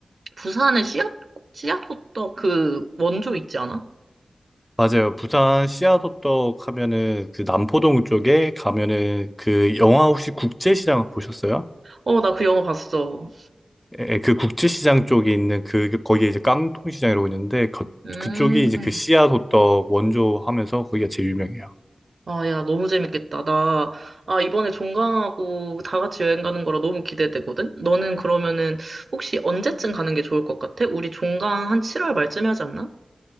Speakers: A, on the right (about 65°); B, in the centre.
A: 부산에 씨앗, 씨앗 호떡 그 원조 있지 않아?
B: 맞아요. 부산 씨앗호떡 하면은 그 남포동 쪽에 가면은 그 영화 혹시 국제시장 보셨어요?
A: 어, 나 그 영화 봤어.
B: 예, 그 국제시장 쪽에 있는 그 그 거기에 이제 깡통시장이라고 있는데 그,
A: 음,
B: 그쪽이 이제 그 씨앗호떡 원조 하면서 거기가 제일 유명해요.
A: 아, 야, 너무 재밌겠다. 나, 아, 이번에 종강하고 다 같이 여행 가는 거라 너무 기대되거든? 너는 그러면은 혹시 언제쯤 가는 게 좋을 것 같아? 우리 종강 한 7월 말쯤에 하지 않나?